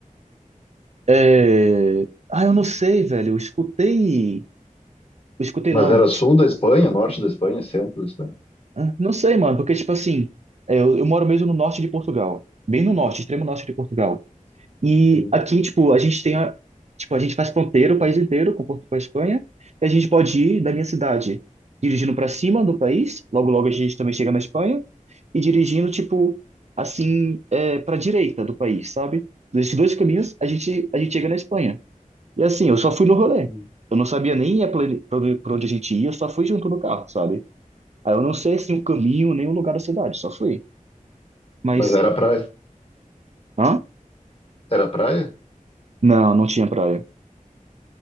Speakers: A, on the right; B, on the left.
A: É... Ah, eu não sei, velho. Eu escutei. Eu escutei,
B: Mas
A: não.
B: era sul da Espanha, norte da Espanha, centro da Espanha.
A: Ah, Não sei, mano, porque, tipo assim, é, eu, eu moro mesmo no norte de Portugal, bem no norte, extremo norte de Portugal. E
B: Sim,
A: aqui, tipo, a gente tem a, tipo, a gente faz fronteira o país inteiro com, Portu- com a Espanha, e a gente pode ir da minha cidade dirigindo para cima do país, logo logo a gente também chega na Espanha, e dirigindo, tipo, assim, é, para direita do país, sabe? Desses dois caminhos, a gente, a gente chega na Espanha. E assim, eu só fui no rolê.
B: sim.
A: Eu não sabia nem para onde pra onde a gente ia, eu só fui junto no carro, sabe? Aí eu não sei, assim, o caminho, nem o lugar da cidade, só fui. Mas,
B: Mas era praia.
A: hã?
B: Era praia?
A: Não, não tinha praia.